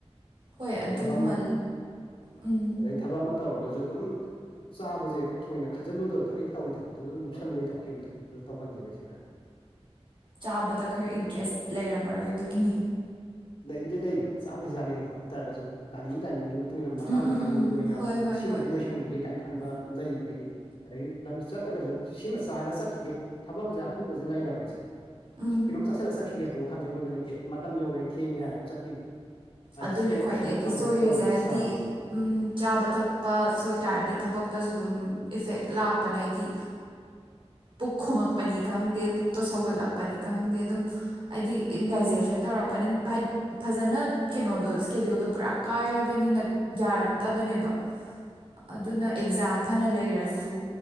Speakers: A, on the right; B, on the left.
A: ꯍꯣꯏ
B: ꯑꯗꯨꯝ
A: ꯑꯗꯨꯃ
B: ꯊꯕꯛ ꯑꯃꯒ
A: ꯎꯝ
B: ꯑꯗꯩ ꯊꯕꯛ ꯑꯃ ꯇꯧꯔꯒꯁꯨ ꯑꯗꯨꯝ ꯆꯥꯕꯁꯦ ꯊꯣꯏꯅ ꯈꯟꯖꯤꯜꯂꯨꯗꯕꯗꯣ ꯑꯩꯅ ꯇꯧꯔꯤ ꯊꯕꯛꯇꯨꯗ ꯂꯨꯞꯁꯜꯂ ꯂꯩꯊꯣꯛꯈꯤꯕꯗꯣ ꯑꯗꯨ ꯇꯧꯒꯜꯂꯦꯕ ꯑꯩꯁꯦ ꯈꯔ
A: ꯆꯥꯕꯗ ꯈꯔ ꯏꯟꯇꯔꯦꯁ ꯂꯩꯔꯝꯃꯔꯣꯏ ꯑꯗꯨꯒꯤꯅꯤ
B: ꯂꯩꯕꯨꯗꯤ ꯂꯩꯕ ꯆꯥꯕꯨꯗꯤ ꯆꯥꯅꯤꯡꯕ ꯍꯥꯏꯇꯥꯔꯒꯁꯨ ꯇꯥꯏꯃꯤꯡ ꯇꯥꯏꯃꯤꯡꯒꯤ ꯃꯇꯨꯡ ꯏꯟꯅ ꯃꯇꯥꯡ
A: ꯎꯝ ꯎꯝ
B: ꯃꯇꯥꯡꯒꯤꯗꯨ
A: ꯎꯝ
B: ꯑꯣꯏꯅ
A: ꯍꯣꯏ ꯍꯣꯏ
B: ꯁꯤꯃꯗꯤ
A: ꯍꯣꯏ
B: ꯂꯣꯏꯁꯤꯟꯈꯤꯒꯦ ꯀꯥꯏꯅ ꯈꯟꯕ ꯂꯩꯌꯦꯕ ꯑꯩꯒꯤ ꯑꯗꯒꯤ ꯂꯝꯕꯤ ꯆꯠꯂꯒꯁꯨ ꯁꯤꯃ ꯆꯥꯔ ꯆꯠꯈꯤꯒꯦ ꯊꯕꯛ ꯑꯃꯁꯦ ꯑꯊꯨꯕꯁꯦ ꯂꯩꯔꯕ ꯁꯦ
A: ꯎꯝ
B: ꯀꯩꯅꯣꯝ ꯆꯠꯁꯤꯜꯂ ꯆꯠꯈꯤꯒꯦꯕ ꯋꯥꯈꯟꯁꯦ ꯑꯩꯉꯣꯟꯗ ꯂꯩꯇꯦꯕ ꯃꯇꯝ ꯌꯧꯔ ꯑꯩ ꯊꯦꯡꯉꯦ ꯍꯥꯏꯔ ꯑꯗꯨꯝ ꯆꯠꯈꯤꯕ ꯍꯥꯏꯗꯤ
A: ꯑꯗꯨꯅ
B: ꯁꯦꯀꯦꯟ
A: ꯈ꯭ꯋꯥꯏꯗꯒꯤ
B: ꯑꯣꯞꯁꯟꯗ ꯊꯝꯕꯩꯩꯅ
A: ꯁꯣꯏꯔꯤꯁꯦ
B: ꯇꯧꯔꯦꯕ
A: ꯍꯥꯏꯗꯤ
B: ꯆꯥꯕꯁꯦ ꯑꯃ
A: ꯎꯝ ꯆꯥꯕ ꯊꯛꯄ ꯁꯣꯏꯇꯥꯥꯔꯗꯤ ꯊꯕꯛꯇꯁꯨ ꯑꯗꯨꯝ ꯏꯐꯦꯛ ꯂꯥꯛꯄꯅꯦ ꯍꯥꯏꯗꯤ
B: <inaudible>
A: ꯄꯨꯛ ꯈꯣꯡꯉꯛꯄꯅꯤ ꯈꯪꯗꯦ ꯄꯨꯛꯇꯣ ꯁꯧꯒꯠꯂꯛꯄꯅꯤ ꯈꯪꯗꯦ ꯑꯗꯨꯝ ꯍꯥꯏꯗꯤ ꯏꯟꯗꯥꯏꯖꯦꯁꯟ ꯇꯧꯔꯛꯄꯅ ꯍꯥꯏ ꯐꯖꯅ ꯀꯩꯅꯣꯗꯣ ꯁ꯭ꯀꯦꯗꯌꯨꯜꯗꯣ ꯄꯨꯔꯥ ꯀꯥꯏꯔꯕꯅꯤꯅ ꯌꯥꯔꯛꯇꯕꯅꯦꯕ
B: ꯎꯝ
A: ꯑꯗꯨꯅ
B: ꯑꯧ
A: ꯑꯦꯛꯖꯥꯝ ꯐꯅ ꯂꯩꯔꯁꯨ